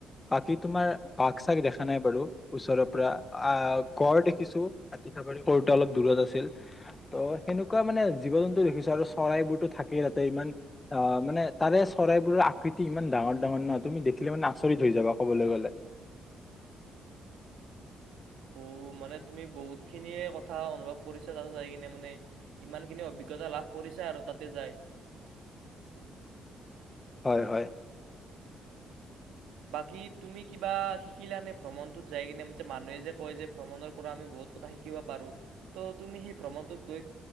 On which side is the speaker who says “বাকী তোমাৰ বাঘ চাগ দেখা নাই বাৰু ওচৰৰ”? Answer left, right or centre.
Left